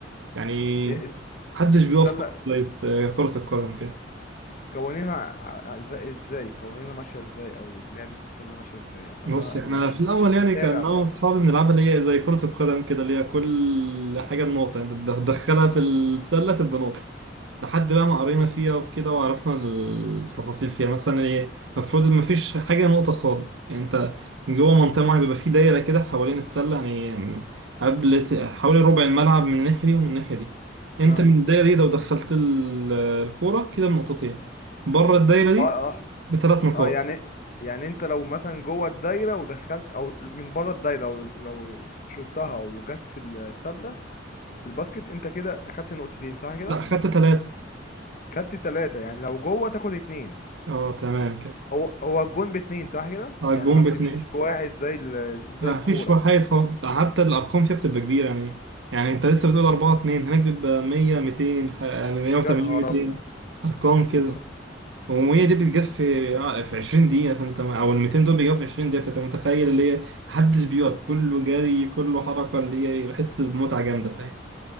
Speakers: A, on the right (about 70°); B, on the left (about 45°).
A: يعني
B: هي
A: محدش بيوقف
B: السله
A: كويس آه، كره القدم كده
B: قوانينها ع- ع- ازاي إزاي؟ قوانينها ماشيه ازاي او لعبه السله ماشيه ازاي عشان
A: بص
B: انا
A: احنا
B: يعني مش
A: في الاول
B: مش
A: يعني
B: متابع
A: كان انا
B: سله
A: واصحابي بنلعبها اللي هي زي كرة القدم كده اللي هي كل حاجة بنقطة يعني تدخ- تدخلها في السلة تبقى نقطة لحد بقى ما قرينا
B: حلو.
A: فيها وكده وعرفنا التفاصيل فيها مثلا ايه المفروض ما فيش حاجة نقطة خالص يعني انت من جوه منطقة معينة بيبقى في دايرة كده حوالين السلة يعني قبل ت- حوالي ربع الملعب من الناحية دي ومن الناحية دي انت
B: اه
A: من الدايرة دي لو دخلت ال- الكورة كده بنقطتين بره الدايرة دي
B: اه اه
A: بثلاث نقاط
B: اه يعني يعني انت لو مثلا جوه الدايره ودخلت او من بره الدايره لو لو شطها وجت في السله في الباسكت انت كده اخدت نقطتين صح كده
A: لا خدت ثلاثة
B: خدت ثلاثه يعني لو جوه تاخد اتنين
A: اه تمام كده
B: هو هو الجون باتنين صح كده
A: اه الجون
B: يعني ما بتمشيش
A: باتنين
B: بواحد زي ال... زي
A: لا
B: الكوره
A: مفيش وحايد خالص حتى الارقام فيها بتبقى كبيره يعني يعني انت لسه بتقول 4 2 هناك بيبقى 100 200 ح- يعني 180
B: يا نهار
A: 200
B: ابيض
A: ارقام كده
B: يا نهار
A: و100 دي بتجف في آه، في 20 دقيقه فانت او ال 200 دول بيجوا في 20 دقيقه فانت متخيل اللي هي محدش بيقف كله جري كله حركه اللي هي بحس بمتعه جامده الحقيقه